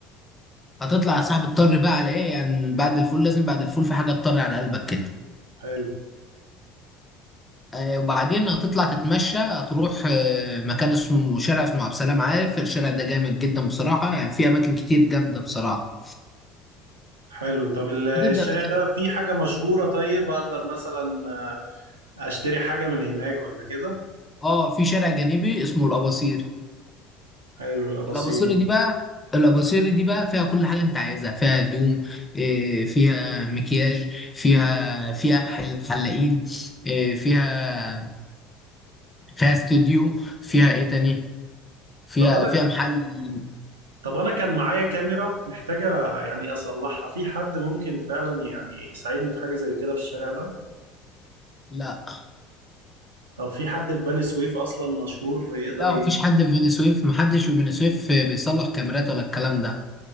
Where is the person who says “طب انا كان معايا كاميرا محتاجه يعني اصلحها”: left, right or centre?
Right